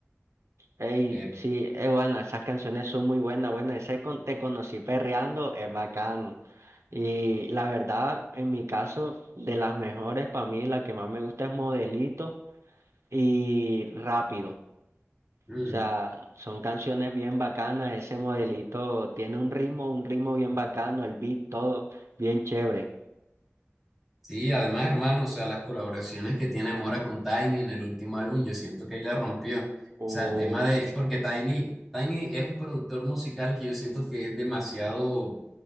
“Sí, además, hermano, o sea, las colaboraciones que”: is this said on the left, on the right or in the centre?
Centre